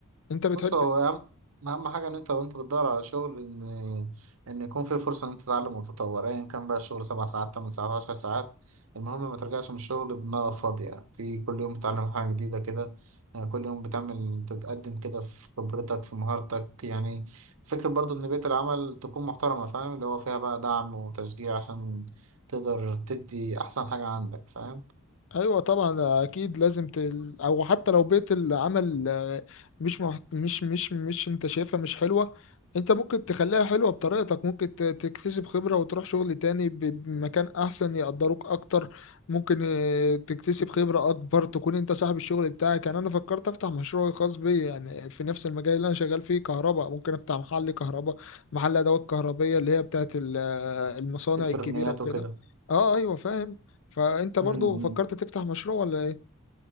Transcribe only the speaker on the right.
بص هو أهم أهم حاجة إن أنت وأنت بتدور على شغل إن إن يكون في فرصة إن أنت تتعلم وتتطور أيا كان بقى الشغل سبع ساعات تمن ساعات عشر ساعات المهم ما ترجعش من الشغل بدماغك فاضية يعني في كل يوم بتتعلم حاجة جديدة كده يعني كل يوم بتعمل تتقدم كده في خبرتك في مهارتك يعني فكرة برضو إن بيئة العمل تكون محترمة فاهم اللي هو فيها بقى دعم وتشجيع عشان تقدر تدي أحسن حاجة عندك فاهم
إلكترونيات
وكده
إمم، إمم.